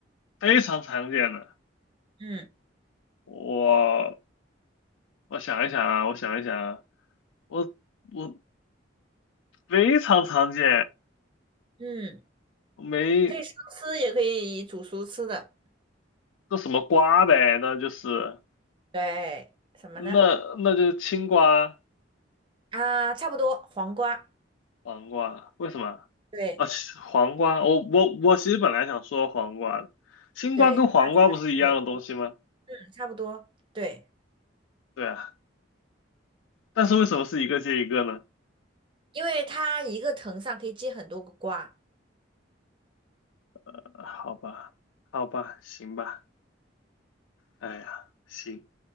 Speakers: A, on the left; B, on the right.
A: 非常常见的。
B: 嗯
A: 我我想一想啊，我想一想啊，我我非常常见，
B: 嗯，
A: 没
B: 可以生吃，也可以煮熟吃的。
A: 这什么瓜呗，那就是
B: 对，什么呢？
A: 那那就是青瓜、
B: 啊，差不多，黄瓜，
A: 黄瓜，为什么？
B: 对
A: 啊，其黄瓜，我我我其实本来想说黄瓜的，青瓜跟黄瓜不是一样的东西吗？
B: 对，那对，嗯，差不多，对，
A: 对啊。但是为什么是一个接一个呢？
B: 因为它一个藤上可以结很多个瓜。
A: 呃好吧，好吧，行吧，哎呀，行，